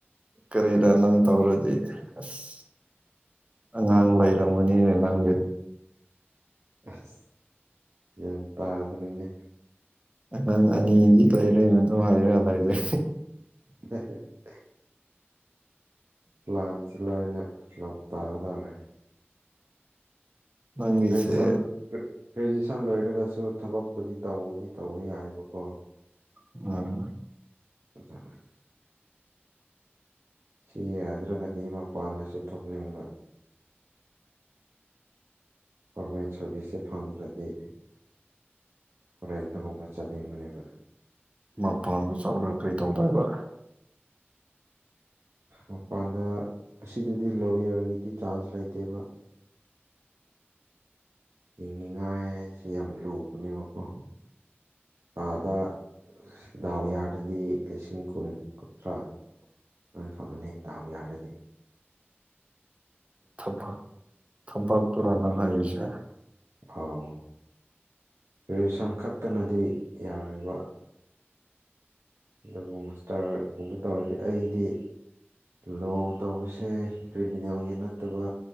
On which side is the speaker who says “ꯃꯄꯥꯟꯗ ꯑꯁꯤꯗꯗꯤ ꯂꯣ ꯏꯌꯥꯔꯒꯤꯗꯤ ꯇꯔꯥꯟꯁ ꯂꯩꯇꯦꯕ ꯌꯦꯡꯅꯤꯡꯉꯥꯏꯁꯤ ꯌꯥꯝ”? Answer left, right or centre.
Right